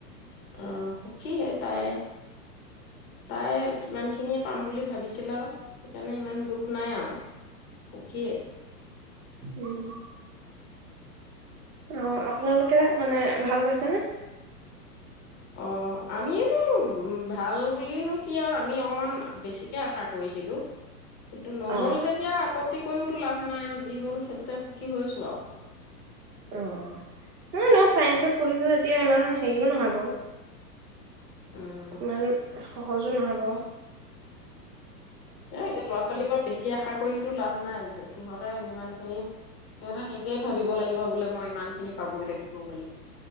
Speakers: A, on the left; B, on the right.
A: অম সুখীয়ে তাই। তাই সিমান খিনিয়ে পাম বুলি ভাবিছিলে আৰু সেইকাৰণে সিমান দুখ নাই আৰু সুখীয়েই।
B: হম <unintelligible> অঁ আপোনালোকে মানে ভাল পাইছেনে
A: অ আমিনো ভাল বুলিনো কি আৰু আমি অকমান বেছিকে আশা কৰিছিলো এইতো নহল
B: অ',
A: যেতিয়া আপত্তি কৰিও একোটা টো লাভ নাই আৰু যি হ'ল সেইটোতে সুখী হৈছোঁ আৰু
B: অ তুমি নো চাইঞ্চত পঢ়িছে তেতিয়া ইমান হেৰিও নহয় বাৰু
A: উম
B: ইমান সহজো নহ'ব
A: এ এতিয়া ল'ৰা ছোৱালীবোৰক বেছি আশা কৰিতো লাভ নাই আজি সিহঁতে যিমান খিনি। সিহঁতে নিজেই ভাবিব লাগিব বোলে মই ইমান খিনি পাবই লাগিব বুলি।